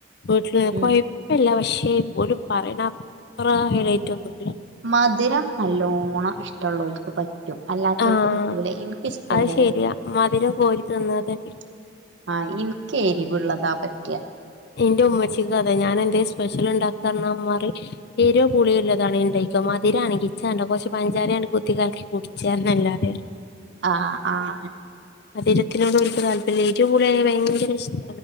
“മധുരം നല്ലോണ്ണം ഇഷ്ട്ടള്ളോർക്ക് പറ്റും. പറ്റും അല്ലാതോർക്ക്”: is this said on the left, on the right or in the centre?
Right